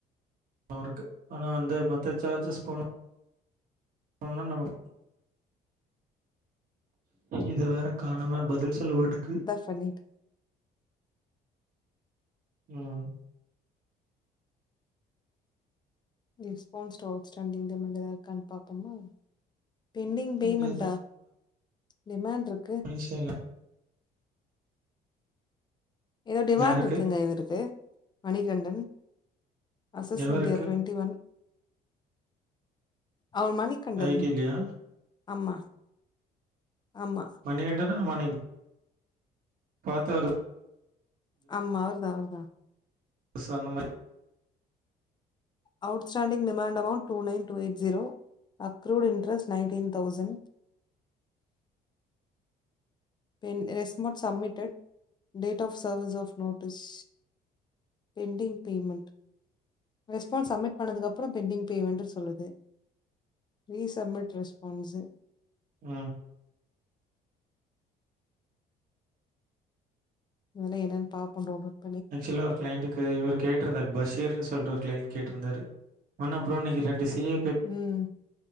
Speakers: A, on the right; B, on the left.
A: ஆ இருக்கு ஆனா வந்து மத்த சார்ஜஸ் போனா போனா நமக் இத வேற காணும பதில் சொல்ல மாட்டுக்கு
B: பண்ணிட்டு
A: ம்
B: ரெஸ்பான்ஸ் அவுட் ஸ்டாண்டிங் த மினரல் இருக்கான்னு பாப்போமா பெண்டிங் பேமெண்டா
A: இது
B: டிமாண்ட் இருக்கு
A: முடிஸ்ட்டே எல்லா
B: ஏதோ டிமாண்ட்
A: யாருக்கு?
B: இருக்குங்க இவருக்கு மணிகண்டன் அசஸ்
A: எவருக்கு?
B: மீடியா ட்வென்டி ஒன் அவ மணிகண்டன்
A: ஐடிலயா?
B: ஆமா ஆமா
A: மணிகண்டனா மனை பாத்தாரு
B: ஆமா அவர்தா அவர்தா
A: ச அந்த மாரி
B: outstanding demand amount two nine two eight zero accrued interest nineteen thousand பெண் ரெஸ்ட்மோட் submitted date of service of notice pending payment response submit பண்ணதுக்கப்புற பெண்டிங் பேமெண்டுனு சொல்லுது ரீசப்மிட் ரெஸ்பான்ஸு
A: ம்
B: மொதல்ல என்னன்னு பாப்போ ‌டவுன்லோட்
A: ஆக்ச்சுவலா ஒரு கிளைண்டுக்கு இவர் கேட்ருந்தாரு பஷீர்னு சொல்ட்டு ஒரு கிளைன்ட் கேட்ருந்தாருஆனா அப்புற இன்னைக்கு ரெண்டு சி ஏ பேப்
B: ம்